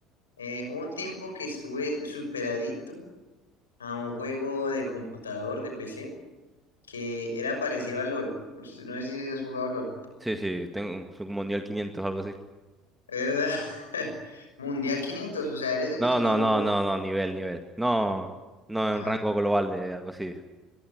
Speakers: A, on the left; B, in the centre.
A: eh, hubo un tiempo que estuve súper adicto a un juego de computador, de PC, que era parecido a LOL. Usted- No sé si has jugado a LOL.
B: Sí, sí, tengo soy como nivel 500 o algo así.
A: ¿Verdad? <laughs> Mundial 500, o sea, eres el
B: No,
A: 500.
B: no, no, no, no, nivel, nivel. No, no
A: Ah,
B: en rango global de algo así.